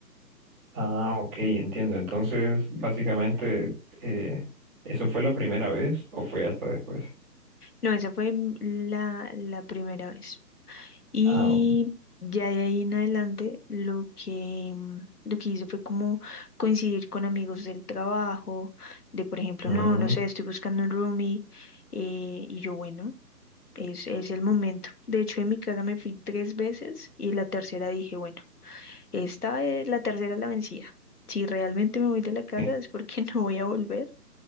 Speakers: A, in the centre; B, on the left (about 65°).
A: Ah, ok, entiendo. Entonces, básicamente, eh, ¿eso fue la primera vez o fue hasta después?
B: No, esa fue mm, la, la primera vez. Y
A: Ah, ok.
B: ya de ahí en adelante lo que, mm, lo que hice fue como coincidir con amigos del trabajo, de por ejemplo,
A: Mm,
B: no, no sé, estoy buscando un roomie, eh, y yo, bueno, es, es el momento. De hecho, en mi casa me fui tres veces y la tercera dije, bueno, esta es la tercera es la vencida. Si realmente me voy de la casa
A: sí,
B: es porque <laughs> no voy a volver.